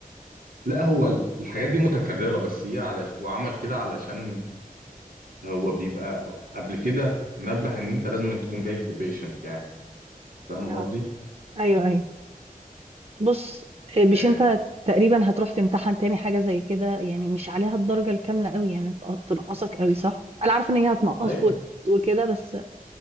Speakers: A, on the right; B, on the right.
A: لا هو الحاجات دي متكررة بس هي على... هو عمل كده علشان هو بيبقى قبل كده منبه ان انت لازم تكون جايب بيشنت يعني فاهم
B: اه
A: قصدي؟
B: ايوه ايوه بص آه، مش
A: ايه
B: انت تقريبا هتروح تمتحن تاني حاجه زي كده يعني مش عليها الدرجه الكامله قوي يعني تنقصك قوي صح انا عارفه ان هي هتنقص
A: ايوه
B: وت- وكده بس